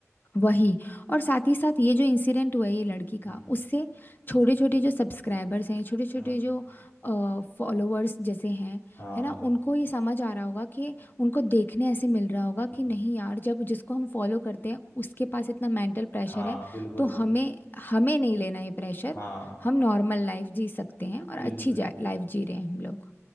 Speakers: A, on the left; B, on the left.
A: वही और साथ ही साथ ये जो इंसिडेंट हुआ है ये लड़की
B: हम्म,
A: का उससे छोटे छोटे जो सब्सक्राइबर्स हैं छोटे छोटे
B: हम्म,
A: जो फॉलोअर्स जैसे हैं
B: हाँ
A: है ना उनको ये समझ आ रहा होगा कि उनको देखने ऐसे मिल रहा होगा
B: हम्म,
A: कि नहीं यार जब जिसको हम फॉलो करते हैं उसके पास इतना मेंटल प्रेशर
B: हाँ
A: है
B: बिल्कुल
A: तो हमें हमें नहीं लेना ये प्रेशर
B: हाँ
A: हम नॉर्मल लाइफ जी सकते हैं और अच्छी
B: बिल्कुल
A: लाइफ जी रहे हैं हम लोग